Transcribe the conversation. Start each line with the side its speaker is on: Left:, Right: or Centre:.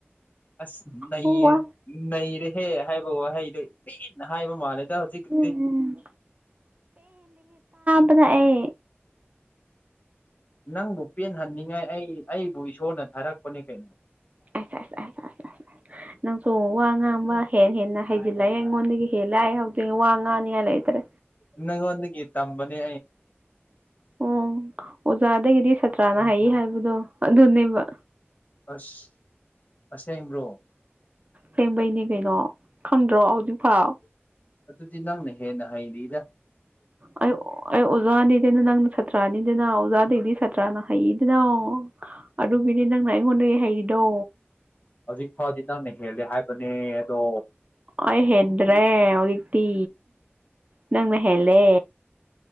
Left: ꯑꯁ ꯅ
Right: ꯋꯥ
Left: ꯅꯔ ꯍꯦ ꯍꯥꯏ ꯋꯥꯍꯩꯗꯣ ꯄꯅ ꯍꯥꯏꯕ ꯃꯥꯜꯂꯦꯗ ꯍꯧꯖꯤꯛꯗꯤ
Right: ꯎꯝ ꯉ ꯑꯦ
Left: ꯅꯪꯕꯨ ꯄꯦꯟꯍꯟꯅꯤꯡꯉꯥꯏ ꯑꯩ ꯑꯩꯕꯨ ꯏꯁꯣꯔꯅ ꯊꯥꯔꯛꯄꯅꯦ ꯀꯩꯅꯣ
Right: ꯑꯁ ꯑꯁ ꯑꯁ ꯑꯁ ꯑꯁ ꯑꯁ ꯅꯪꯁꯨ ꯋꯥ ꯉꯥꯡꯕ ꯍꯦ ꯍꯦꯟꯅ ꯍꯩꯖꯤꯜꯂꯛꯑꯦ ꯑꯩꯉꯣꯟꯗꯒꯤ ꯍ ꯂꯥꯛꯑꯦ ꯍꯧꯖꯤꯛ ꯋꯥ ꯉꯥꯡꯅꯤꯉꯥꯏ ꯂꯩꯇ꯭ꯔꯦ
Left: ꯅꯪ ꯋꯥꯟ ꯀ ꯇꯝꯕꯅꯤ
Right: ꯑꯣ ꯑꯣꯖꯥꯗꯒꯤꯗꯤ ꯁꯥꯇ꯭ꯔꯥꯅ ꯍꯩ ꯍꯥꯏꯕꯗꯣ ꯑꯗꯨꯅꯦꯕ
Left: ꯑꯁ ꯑꯁꯦꯡꯕ꯭ꯔꯣ
Right: ꯂꯦꯡꯕꯩꯅꯦ ꯀꯩꯅꯣ ꯈꯪꯗ꯭ꯔꯣ ꯍꯧꯖꯤꯛꯐꯥꯎ
Left: ꯑꯇꯤ ꯅꯪꯅꯦ ꯍꯦꯅ ꯍꯥꯏ ꯏꯗ
Right: ꯑꯩ ꯑꯩ ꯑꯣꯖꯥꯅꯤ ꯀꯅ ꯅꯪꯅ ꯁꯥꯇ꯭ꯔꯥꯅꯤꯗꯅ ꯑꯣꯖꯥꯗꯒꯤꯩꯗꯤ ꯁꯥꯇ꯭ꯔꯥꯅ ꯍꯩꯗꯅ ꯑꯗꯨꯒꯤꯅꯤ ꯅꯪꯅ ꯑꯩꯉꯣꯟꯗꯒꯤ ꯍꯩꯔꯤ ꯅꯣ
Left: ꯍꯧꯖꯤꯛ ꯐꯥꯎꯗꯤ ꯅꯪꯅ ꯍꯦꯜꯂꯦ ꯍꯥꯏꯕꯅꯦ ꯑꯗꯣ
Right: ꯑ ꯍꯦꯗ꯭ꯔꯦ ꯍꯧꯗꯤꯇꯤ ꯅꯪꯅ ꯍꯦꯂꯦ